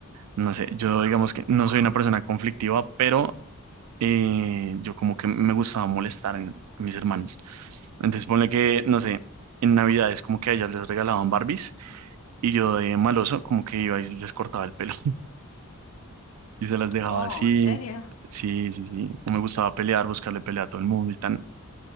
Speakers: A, on the right; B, on the left.
A: no sé, yo digamos que no soy una persona conflictiva, pero eh, yo como que me gustaba molestar en- a mis hermanos. Entonces ponle que, no sé, en Navidades como que a ellas les regalaban Barbies y yo de maloso como que iba y les cortaba el pelo y se las dejaba
B: Wow,
A: así.
B: ¿en serio?
A: Sí, sí, sí. No me gustaba pelear, buscarle pelea a todo el mundo y tan.